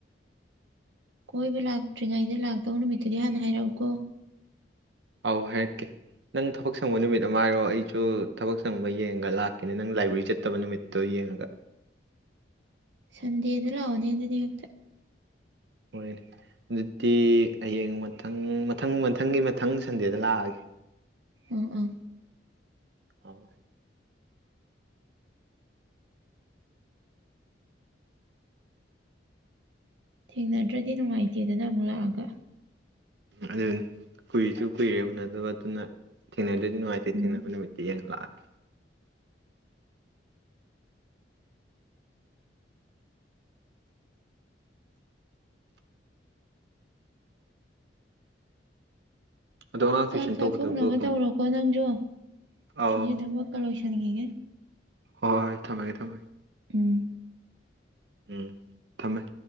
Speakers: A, on the right; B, on the right.
A: ꯀꯣꯏꯕ ꯂꯥꯛꯇ꯭ꯔꯤꯉꯩꯗ ꯂꯥꯛꯇꯧ ꯅꯨꯃꯤꯠꯇꯨꯗꯤ ꯍꯥꯟꯅ ꯍꯥꯏꯔꯛꯎꯀꯣ
B: ꯑꯥꯎ ꯍꯥꯏꯔꯛꯀꯦ ꯅꯪ ꯊꯕꯛ ꯁꯪꯕ ꯅꯨꯃꯤꯠ ꯑꯃ ꯍꯥꯏꯔꯣ ꯑꯩꯖꯨ ꯊꯕꯛ ꯁꯪꯕ ꯌꯦꯡꯉꯒ ꯂꯥꯛꯀꯦꯅꯦ ꯅꯪ ꯂꯥꯏꯕ꯭ꯔꯦꯔꯤ ꯆꯠꯇꯕ ꯅꯨꯃꯤꯠꯇꯣ ꯌꯦꯡꯉꯒ
A: ꯁꯟꯗꯦꯗ ꯂꯥꯛꯑꯣꯅꯦ ꯑꯗꯨꯗꯤ ꯍꯦꯛꯇ
B: ꯍꯣꯏꯅꯦ ꯑꯗꯨꯗꯤ ꯍꯌꯦꯡ ꯃꯊꯪ ꯃꯊꯪ ꯃꯊꯪꯒꯤ ꯃꯊꯪ ꯁꯟꯗꯦꯗ ꯂꯥꯛꯑꯒꯦ
A: ꯑꯥ ꯑꯥ
B: ꯑꯥꯎ
A: ꯊꯦꯡꯅꯗ꯭ꯔꯗꯤ ꯅꯨꯡꯉꯥꯏꯇꯦꯗꯅ ꯑꯃꯨꯛ ꯂꯥꯛꯑꯒ
B: ꯑꯗꯨꯅꯤ ꯀꯨꯏꯁꯨ ꯀꯨꯏꯔꯦ ꯎꯟꯅꯗꯕ ꯑꯗꯨꯅ ꯊꯦꯡꯅꯗ꯭ꯔꯗꯤ ꯅꯨꯡꯉꯥꯏꯇꯦ
A: ꯎꯝ
B: ꯊꯦꯡꯅꯕ ꯅꯨꯃꯤꯠꯇ ꯌꯦꯡꯉ ꯂꯥꯛꯑ ꯑꯗꯣ ꯑꯉꯥꯡ
A: ꯆꯥꯛ
B: ꯇꯨꯏꯁꯟ
A: ꯆꯥꯊꯣꯛꯅꯕ
B: ꯇꯧꯕꯗꯨꯕꯨ ꯀꯝ
A: ꯇꯧꯔꯣꯀꯣ ꯅꯪꯖꯨ
B: ꯑꯧ
A: ꯑꯩꯖꯨ ꯊꯕꯛꯀ ꯂꯣꯏꯁꯟꯒꯤꯒꯦ
B: ꯍꯣꯏ ꯊꯝꯃꯒꯦ ꯊꯝꯃꯒꯦ
A: ꯎꯝ
B: ꯎꯝ ꯊꯝꯃꯦ